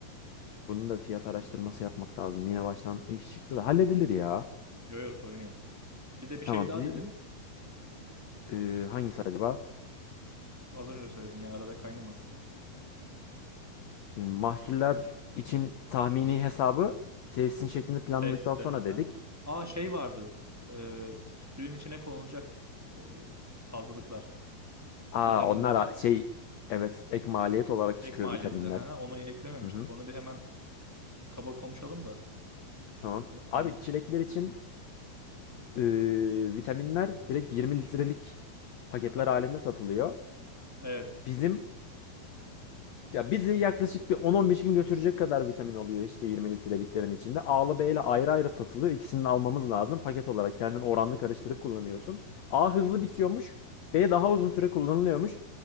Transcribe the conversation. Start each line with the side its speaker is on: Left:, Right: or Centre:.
Left: Bunun da fiyat araştırması yapmak lazım. Yine baştan iş çıktı da halledilir ya.
Centre: Yo yo sorun yok. Bir de bir
Left: Tamam.
Centre: şey daha
Left: bir-
Centre: dedin.
Left: e, hangisi acaba?
Centre: Az önce söyledin ya arada kaynamasın.
Left: Şimdi mahsuller için tahmini hesabı tesisin şeklini planladıktan
Centre: Tesiste.
Left: sonra
Centre: Hı hı.
Left: dedik.
Centre: Aa şey vardı. Ee, suyun içine konulacak e, fazlalıklar.
Left: Aa
Centre: Vitaminler.
Left: onlar a- şey evet ek maliyet olarak çıkıyor
Centre: Ek maliyette.
Left: vitaminler.
Centre: Hı hı. Onu eklememiştik.
Left: Hı hı,
Centre: Onu bir hemen kaba konuşalım da
Left: tamam.
Centre: unutmayalım.
Left: Abi çilekler için e, vitaminler direkt 20 litrelik paketler
Centre: Aha,
Left: halinde satılıyor.
Centre: evet.
Left: Bizim Ya bizi yaklaşık bir 10-15 gün götürecek kadar vitamin oluyor işte 20 litreliklerin içinde. A'lı B'yle ayrı ayrı satılıyor. İkisini de almamız lazım. Paket olarak kendin oranlı karıştırıp kullanıyorsun. A hızlı bitiyormuş. B daha uzun süre kullanılıyormuş.